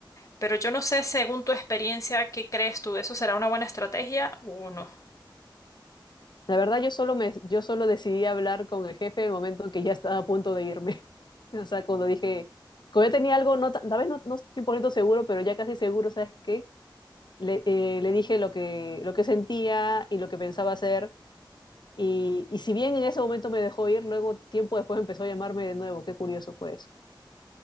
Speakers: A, on the left (about 40°); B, on the left (about 60°).
A: Pero yo no sé, según tu experiencia, ¿qué crees tú? ¿Eso será una buena estrategia o no?
B: La verdad, yo solo me, yo solo decidí hablar con el jefe en el momento que ya estaba a punto de irme. <laughs> O sea, cuando dije, cuando yo tenía algo, no, ta- tal vez no, no 100% seguro, pero ya casi seguro, ¿sabes qué? le, eh, le dije lo que, lo que sentía y lo que pensaba hacer. Y, y si bien en ese momento me dejó ir, luego tiempo después empezó a llamarme de nuevo. Qué curioso fue eso.